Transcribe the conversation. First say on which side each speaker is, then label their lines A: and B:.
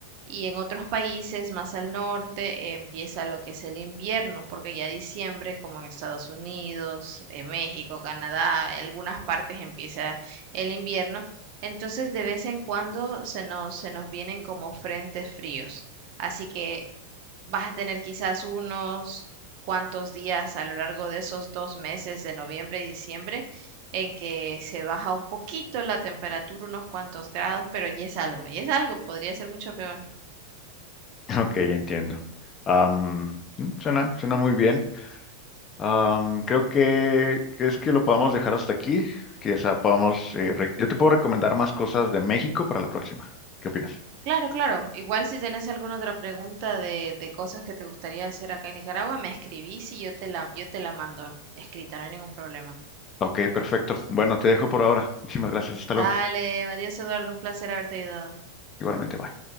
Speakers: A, on the right; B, on the left.
A: y en otros países más al norte eh, empieza lo que es el invierno, porque ya diciembre, como en Estados Unidos, eh, México, Canadá, en algunas partes empieza el invierno entonces de vez en cuando se nos, se nos vienen como frentes fríos. Así que vas a tener quizás unos cuantos días a lo largo de esos dos meses de noviembre y diciembre en que se baja un poquito la temperatura, unos cuantos grados, pero ya es algo, ya es algo, podría ser mucho peor.
B: Ok, entiendo. Am, mm, suena, suena muy bien. Am, creo que, ¿crees que lo podamos dejar hasta aquí? Que ya podamos, eh, re- yo te puedo recomendar más cosas de México para la próxima. ¿Qué opinas?
A: Claro, claro. Igual si tienes alguna otra pregunta de, de cosas que te gustaría hacer acá en Nicaragua, me escribís y yo te la, yo te la mando escrita, no hay ningún problema.
B: Ok, perfecto. Bueno, te dejo por ahora. Muchísimas gracias. Hasta
A: Dale,
B: luego.
A: adiós Eduardo, un placer haberte ayudado.
B: Igualmente, bye.